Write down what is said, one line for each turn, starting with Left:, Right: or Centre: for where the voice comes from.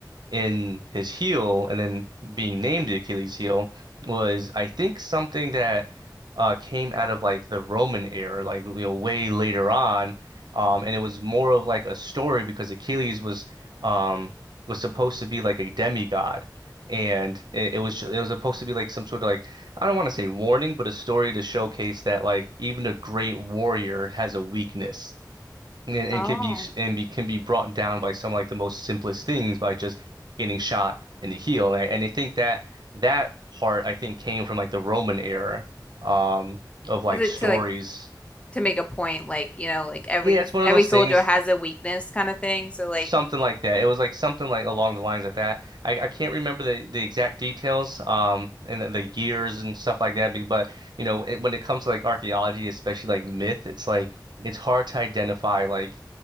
Right: in his heel and then being named the Achilles heel was, I think, something that uh, came out of like the Roman era, like you know, way later on. Um, and it was more of like a story because Achilles was um, was supposed to be like a demigod. And it, it was it was supposed to be like some sort of like I don't want to say warning, but a story to showcase that like even a great warrior has a weakness and, and
Left: Oh.
Right: could be and be, can be brought down by some like the most simplest things by just getting shot in the heel. And I, and I think that that part I think came from like the Roman era um, of like
Left: Is it
Right: stories.
Left: to like to make a point, like, you know, like every
Right: Yeah, it's one
Left: every
Right: of those
Left: soldier
Right: things.
Left: has a weakness kind of thing. So like
Right: something like that. It was like something like along the lines of that. I, I can't remember the, the exact details, um, and the, the years and stuff like that. be- But you know, it, when it comes to like archaeology, especially like myth, it's like it's hard to identify like